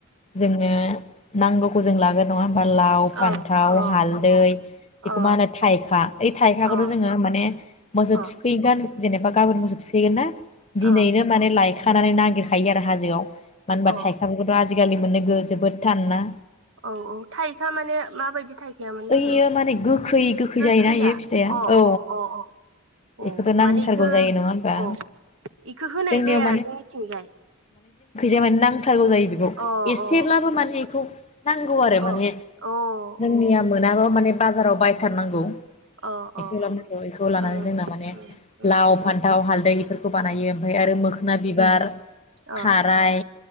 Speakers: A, on the left (about 30°); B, on the right (about 65°).
A: जोंनो नांगौ जों लागोन नङा बा लाव फान्थाव
B: अ अ
A: हालदै बेखौ
B: अ
A: मा होनो थाइखा ओइ थाइखाखौथ'
B: अ
A: जोङो माने मोसौ
B: अ
A: थुखैगोन जेनबा गाबोन मोसौ थुफैगोना। दिनैनो
B: अ
A: माने लाइ खानानै नागिरखायो आरो हाजोआव। मानो होनबा
B: औ
A: थाइखाफोरखौथ' आजिखालि मोनो गो जोबोद थानना
B: औ औ थाइखा माने माबायदि थाइखायामोन
A: ओइयो
B: लोगो
A: माने गोखै गोखै
B: गोखैया
A: जायोना इयो फिथाइया
B: अ
A: औ
B: अ अ औ
A: बेखौथ'
B: अ
A: नांथारगौ
B: माने इखौ
A: जायो नङा होमबा
B: औ। बेखौ होनाय
A: जोंनियाव
B: जाया जोंनिथिंजाय।
A: इमान नां थारगौ जायो बेखौ
B: अ
A: एसेब्लाबो
B: अ
A: माने बेखौ नांगौ आरो
B: अ
A: माने
B: अ
A: जोंनिया
B: अ
A: मोनाब्ला माने बाजाराव बाय थारनांगौ।
B: अ
A: एसे
B: अ
A: लाबोनांगौ
B: अ
A: इखौ लानानै
B: मानसियाबो
A: जोंना माने
B: बिदिनो
A: लाव फान्थाव हालदै बेफोरखौ खौ बानायो ओमफाय आरो मोखोन बिबार
B: अ
A: खाराय